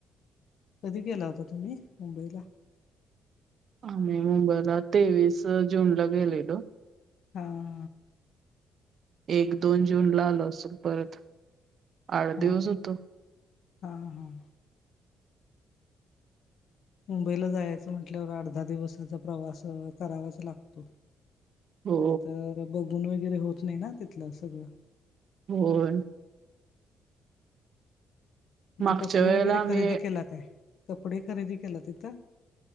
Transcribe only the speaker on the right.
आम्ही मुंबईला तेवीस जूनला गेलेलो.
एक दोन जून ला आल असल परत आठ
दिवस होतो.
हो
होय.
मागच्या
वेळेला
आम्ही